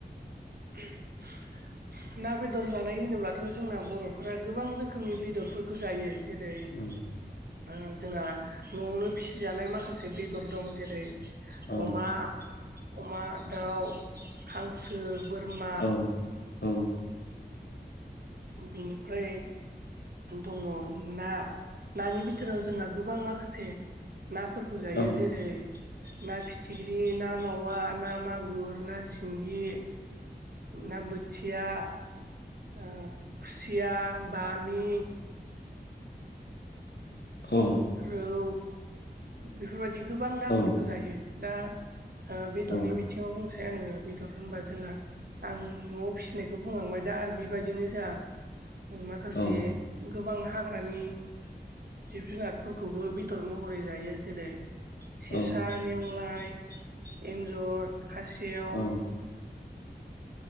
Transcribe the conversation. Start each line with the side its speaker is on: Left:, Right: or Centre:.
Right: ए <unintelligible> ना बेदर जानाय होनोब्लाथ' जोंना बर'फोरा गोबां रोखोमनि बेदरफोरखौ जायो। जेरै ओ
Left: औ
Right: जोंहा न'आवनो फिसि जानाय माखासे खासे बेदर दं जेरै
Left: औ
Right: अमा अमा दाउ। हांसो बोरमा।
Left: औ औ
Right: बिनिफ्राय दङ ना। नानि बिथोराव जोंहा गोबां माखासे नाफोरखौ जायो
Left: औ
Right: जेरै ना फिथिख्रि ना मावा ना मागुर ना सिंगि ना बोथिया ओ खुसिया बामि
Left: औ
Right: रौ बेफोरबायदि गोबां नाफोरखौ
Left: औ
Right: जायो दा ओ बेदरनि
Left: नंगौ
Right: बिथिङाव बुंसै आङो बेदर होनबा जोंहा आं न'आव फिसिनायखौ बुंलांबाय दा आरो बेबायदिनो जोंहा उम माखासे
Left: औ
Right: गोबां हाग्रानि जिब जुनारफोरखौबो बे बेदर महरै जायो जेरै सेसा
Left: औ
Right: नेवलाय एन्जर खासेव
Left: औ